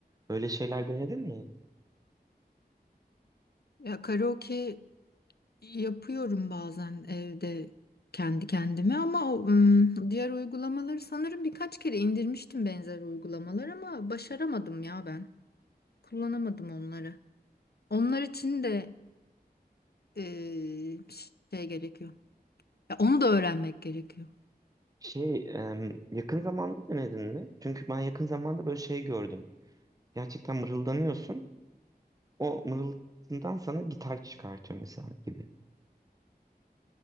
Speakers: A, on the right; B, on the left.
A: Öyle şeyler denedin mi?
B: Ya karaoke yapıyorum bazen evde kendi kendime ama o, ım, diğer uygulamaları sanırım birkaç kere indirmiştim benzer uygulamalar ama başaramadım ya ben. Kullanamadım onları. Onlar için de e, şey gerekiyor. Ya onu da öğrenmek gerekiyor.
A: Şey, em, yakın zamanda denedin mi? Çünkü ben yakın zamanda böyle şey gördüm. Gerçekten mırıldanıyorsun. O mırıltından sana gitar çıkartıyor mesela gibi.